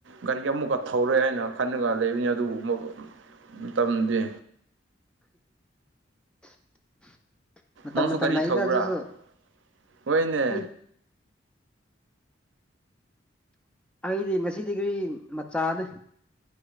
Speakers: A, on the right (about 75°); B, in the centre.
A: ꯒꯥꯔꯤ ꯑꯃꯨꯛꯀ ꯊꯧꯔꯣꯏꯦ ꯍꯥꯏꯅ ꯈꯟꯅꯒ ꯂꯩꯕꯅꯤ ꯑꯗꯨꯕ ꯃꯇꯝꯗꯤ
B: <inaudible> ꯃꯇꯝ
A: ꯅꯪꯁꯨ
B: ꯃꯇꯝꯅ
A: ꯒꯥꯔꯤ
B: ꯑꯩꯗ
A: ꯊꯧꯕ꯭ꯔꯥ
B: ꯑꯗꯨꯁꯨ
A: ꯍꯣꯏꯅꯦ
B: ꯑꯩ ꯑꯩꯗꯤ ꯉꯁꯤꯗꯤ ꯀꯔꯤ ꯃꯆꯥꯅꯦ